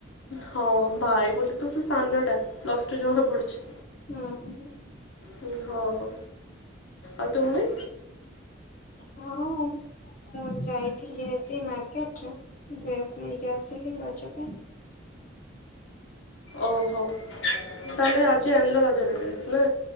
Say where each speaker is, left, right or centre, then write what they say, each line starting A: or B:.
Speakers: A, on the left; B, on the left.
A: ହଁ ଭାଇ ବୋଲି ତ ସେ ସାନଟା ପ୍ଲସ ଟୁ ଜମା ପଢ଼ୁଛି।
B: <unintelligible>
A: ହୁଁ ହୋଉ ଆଉ ତୁମେ?
B: ହଁ ମୁଁ ଯାଇଥିଲି ଆଜି ମାର୍କେଟରେ ଡ୍ରେସ୍ ନେଇକି ଆସିଲି ରଜ ପାଇଁ।
A: ଓହୋ ତାହେଲେ
B: ପାଇଁ।
A: ଆଜି ଆଣିଲା ରଜର ଡ୍ରେସ ନା?